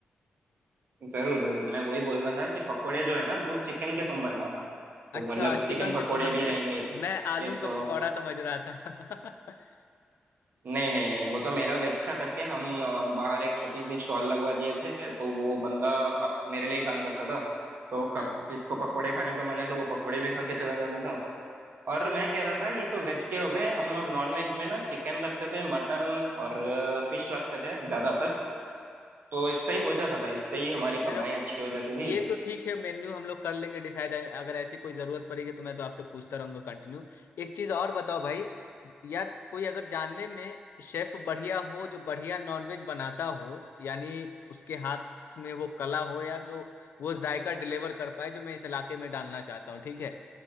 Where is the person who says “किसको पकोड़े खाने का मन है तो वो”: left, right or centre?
Right